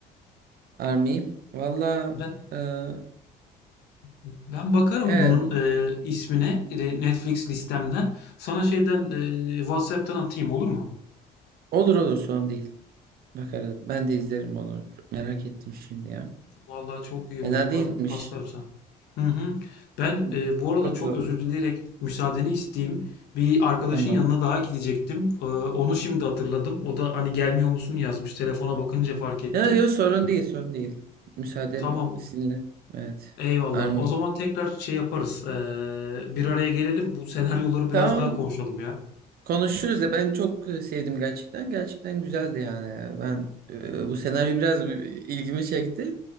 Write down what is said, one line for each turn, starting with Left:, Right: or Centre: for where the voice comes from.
Right: Army. Valla
Left: Ben
Right: e,
Left: Ben bakarım
Right: evet
Left: bunun e, ismine e, Netflix listemden. Sana şeyden e, WhatsApp'tan atayım olur mu?
Right: olur olur sorun değil. Bakarız. Ben de izlerim onu. Çok merak ettim şimdi ya.
Left: Vallahi çok iyi
Right: Fena
Left: olur.
Right: değilmiş.
Left: Ben paslarım sana. Hı hı. Ben
Right: Hmm,
Left: e, bu arada
Right: çok
Left: çok
Right: güzel
Left: özür
Right: olur.
Left: dileyerek müsaadeni isteyeyim. Bir arkadaşın
Right: Tamam.
Left: yanına daha gidecektim. E, onu şimdi hatırladım. O da hani gelmiyor musun yazmış. Telefona bakınca fark ettim.
Right: Ya yok sorun değil sorun değil. Müsaadem
Left: Tamam.
Right: sizinle. Evet.
Left: Eyvallah.
Right: Army.
Left: O zaman tekrar şey yaparız. E, bir araya gelelim. Bu senaryoları biraz
Right: Tamam
Left: daha konuşalım ya.
Right: Konuşuruz ya ben çok e, sevdim gerçekten. Gerçekten güzeldi yani. Ben e, bu senaryo biraz ilgimi çekti.